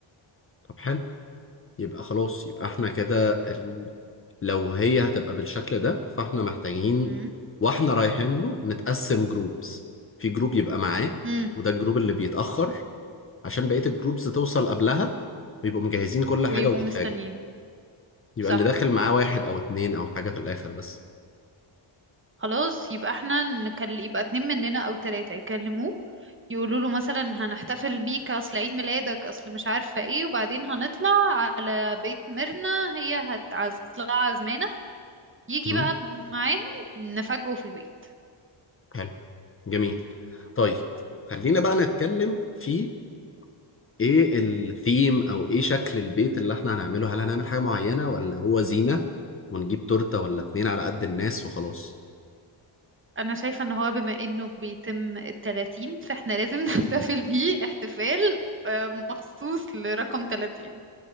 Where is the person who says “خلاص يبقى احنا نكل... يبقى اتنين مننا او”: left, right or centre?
Right